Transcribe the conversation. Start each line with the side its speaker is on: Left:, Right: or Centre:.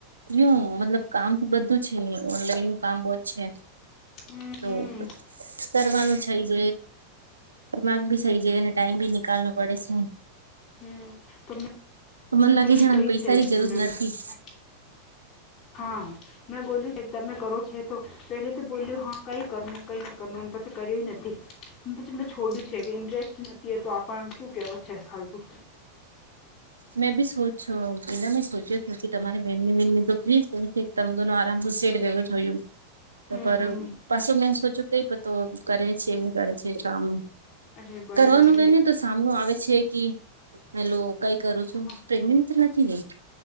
Right: કું મતલબ કામ તો બધું છે ઓનલાઈન નું કામ બહ જ છે.
Left: હમ
Right: તો
Left: હમ
Right: કરવાનું થઈ જ, દિમાગ ભી થઈ જ. ટાઈ ભ નિકાલનો પડે છે.
Left: હમ તો
Right: તો મને
Left: મેં
Right: લાગે
Left: બી કય
Right: ને પૈસાની
Left: છે પ્રેમનમી
Right: જરૂર નથી
Left: તમે હા. મેં બોલ્યું છે તમે કરો છે તો પેલે તો બોલ્યું હા કઈ કરનું કઈ ન કરવ પછી કર્યું નથી. પછી મેં છોડ્યું છે કે ઇન્ટરેસ્ટ નથી એ તો આપણને કુ કેવત છે ફાલતુ.
Right: મેં સોચો પેલા મેં સોચ્યો છ કે તમારે મ્ય વ્ય તો ફ્રી પસે. તમધુ ન આરામ સીટ વેવું જોયું.
Left: હમ
Right: તો પર
Left: હમ
Right: પાછું મે સોચ્યું કઈ તો કરે છે એ કરે છે કામ.
Left: અરે બનાને
Right: કરવાનું
Left: યુનિ
Right: એને તો સામનું આવે છે કે પેલ કઈ કરું છું
Left: હા
Right: પ્રેગનેન્ટ નથી ને?